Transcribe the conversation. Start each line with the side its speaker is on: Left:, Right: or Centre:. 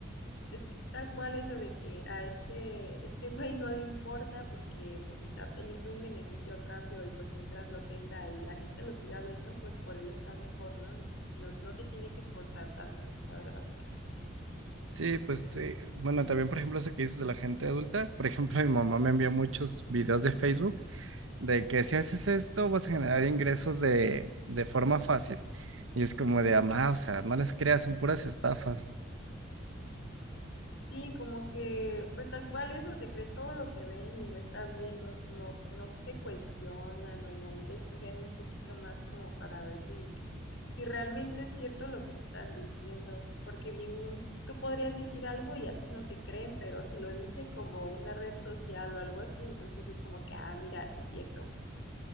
Left: es tal cual eso de que a este, este <laughs> güey no le importa porque pues está obteniendo un beneficio a cambio y pues mientras lo tenga y la gente lo siga viendo, pues por él está mejor, ¿no? Y no, no se tiene que esforzar tanto, la verdad.
Right: Sí, pues te- bueno, también por ejemplo eso que dices de la gente adulta, por ejemplo <laughs> mi mamá me envió muchos videos de Facebook de que si haces esto vas a generar ingresos de, de forma fácil. Y es como de, amá, o sea, no les creas, son puras estafas.
Left: Sí, como que pues tal cual eso, se creen todo lo que ven y no está bien, no, no, no se cuestionan o no investigan un poquito más como para ver si si realmente es cierto lo que están diciendo, porque bien tú podrías decir algo y a ti no te creen, pero si lo dice como una red social o algo así, entonces es como que, ah, mira, sí es cierto.